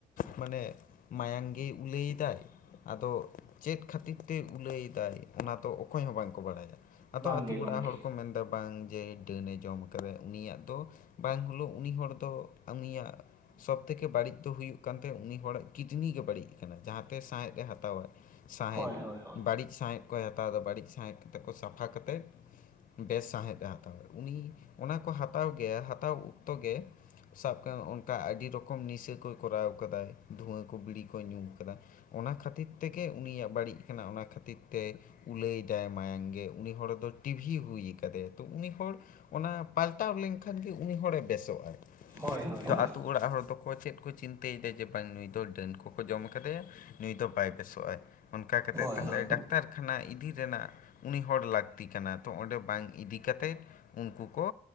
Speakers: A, on the left; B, on the right.
A: ᱢᱟᱱᱮ ᱢᱟᱭᱟᱝ ᱜᱮ ᱩᱞᱟᱹᱭᱫᱟᱭ᱾ ᱟᱫᱚ ᱪᱮᱫ ᱠᱷᱟᱹᱛᱤᱨ ᱛᱮ ᱩᱞᱟᱹᱭᱫᱟᱭ ᱚᱱᱟ ᱫᱚ ᱚᱠᱚᱭ ᱦᱚᱸ ᱵᱟᱝ ᱠᱚ ᱵᱟᱲᱟᱭᱟ, ᱟᱫᱚ
B: ᱵᱟᱝ
A: ᱟᱛᱳ
B: ᱜᱮ
A: ᱚᱲᱟᱜ
B: ᱜᱚᱝᱠᱮ
A: ᱦᱚᱲ ᱠᱚ ᱢᱮᱱᱫᱟ ᱵᱟᱝ ᱡᱮ ᱰᱟᱹᱱᱮ ᱡᱚᱢ ᱠᱟᱫᱟ ᱩᱱᱤᱭᱟᱜ ᱫᱚ ᱵᱟᱝ ᱠᱩᱞᱟᱹᱣ ᱩᱱᱤ ᱦᱚᱲ ᱫᱚ ᱩᱱᱤᱭᱟᱜ ᱥᱚᱵᱽ ᱛᱷᱮᱠᱮ ᱵᱟᱹᱲᱤᱡ ᱫᱚ ᱦᱩᱭᱩᱜ ᱠᱟᱱ ᱛᱟᱭ ᱩᱱᱤ ᱦᱚᱲᱟᱜ ᱠᱤᱰᱱᱤ ᱜᱮ ᱵᱟᱹᱲᱤᱡ ᱠᱟᱱᱟ, ᱡᱟᱸᱦᱟ ᱛᱮ ᱥᱟᱸᱟᱦᱮᱸᱫ ᱮ ᱦᱟᱛᱟᱣᱟ᱾ ᱥᱟᱸᱦᱮᱸᱫ
B: ᱦᱳᱭ ᱦᱳᱭ ᱦᱳᱭ
A: ᱵᱟᱹᱲᱤᱡ ᱥᱟᱸᱦᱮᱫ ᱠᱚᱭ ᱦᱟᱛᱟᱣᱫᱟ ᱵᱟᱹᱲᱤᱡ ᱥᱟᱸᱦᱮᱸᱫ ᱠᱟᱛᱮ ᱠᱚ ᱥᱟᱯᱷᱟ ᱠᱟᱛᱮ ᱵᱮᱥ ᱥᱟᱶᱦᱮᱫ ᱮ ᱦᱟᱛᱟᱣᱟ ᱩᱱᱤ ᱚᱱᱟ ᱠᱚ ᱦᱟᱛᱟᱣ ᱜᱮ, ᱦᱟᱛᱟᱣ ᱚᱠᱛᱚ ᱜᱮ ᱥᱟᱵ ᱠᱟᱜ ᱢᱮ ᱚᱱᱠᱟ ᱟᱹᱰᱤ ᱨᱚᱠᱚᱢ ᱱᱤᱥᱟᱹ ᱠᱚᱭ ᱠᱚᱨᱟᱣ ᱠᱟᱫᱟᱭ ᱫᱷᱩᱣᱟᱹ ᱠᱚ ᱵᱤᱲᱤ ᱠᱚᱭ ᱧᱩ ᱠᱟᱫᱟ᱾ ᱚᱱᱟ ᱠᱷᱟᱹᱛᱤᱨ ᱛᱮᱜᱮ ᱩᱱᱤᱭᱟᱜ ᱵᱟᱹᱲᱤᱡ ᱠᱟᱱᱟ, ᱚᱱᱟ ᱠᱷᱟᱹᱛᱤᱨ ᱛᱮ ᱩᱞᱟᱹᱭᱫᱟᱭ᱾ ᱢᱟᱭᱟᱝ ᱜᱮ ᱩᱱᱤ ᱦᱚᱲ ᱫᱚ ᱴᱤᱵᱷᱤ ᱦᱩᱭ ᱟᱠᱟᱫᱮ ᱛᱚ ᱩᱱᱤ ᱦᱚᱲ ᱚᱱᱟ ᱯᱟᱞᱴᱟᱣ ᱞᱮᱱᱠᱷᱟᱱ ᱜᱮ ᱩᱱᱤ ᱦᱚᱲᱮ ᱵᱮᱥᱚᱜ ᱟᱭ,
B: ᱦᱳᱭ ᱦᱳᱭ
A: ᱛᱚ
B: ᱦᱳᱭ
A: ᱟᱛᱳ ᱚᱲᱟᱜ ᱦᱚᱲ ᱫᱚ ᱟᱠᱚ ᱪᱮᱫ ᱠᱚ ᱪᱤᱱᱛᱟᱹᱭᱮᱫᱟ ᱡᱮ ᱵᱟᱝ ᱱᱩᱭ ᱫᱚ ᱰᱟᱹᱱ ᱠᱚᱠᱚ ᱡᱚᱢ ᱠᱟᱫᱮᱭᱟ ᱱᱩᱭ ᱫᱚ ᱵᱟᱭ ᱵᱮᱥᱚᱜᱟᱭ᱾ ᱚᱱᱠᱟ ᱠᱟᱛᱮᱫ
B: ᱦᱳᱭ
A: ᱛᱟᱦᱚᱞᱮ
B: ᱦᱳᱭ
A: ᱰᱟᱠᱛᱟᱨ ᱠᱷᱟᱱᱟ ᱤᱫᱤ ᱨᱮᱱᱟᱜ ᱩᱱᱤ ᱦᱚᱲ ᱞᱟᱹᱠᱛᱤ ᱠᱟᱱᱟ ᱛᱚ ᱚᱸᱰᱮ ᱵᱟᱝ ᱤᱫᱤ ᱠᱟᱛᱮᱫ ᱩᱱᱠᱩ ᱠᱚ